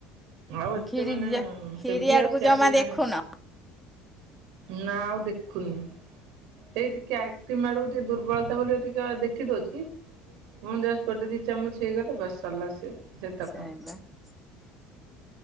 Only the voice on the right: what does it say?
ଆଉ ଏତେ
ମାନେ
ହେବି
ଆଉ ଖିଆଖୁଇ
ନାହିଁ। ନା ଆଉ ଦେଖୁନି ସେଇ ଟିକେ ଆଇସ୍କ୍ରିମ ଆଡକୁ ଟିକେ ଦୁର୍ବଳତା ବୋଲି ଟିକେ ଦେଖି ଦଉଚି <unintelligible> ଜଷ୍ଟ ଗୋଟେ ଦି ଚାମଚ ହେଇଗଲେ ବାସ୍ ସାରିଲା ସିଏ। ସେତକ।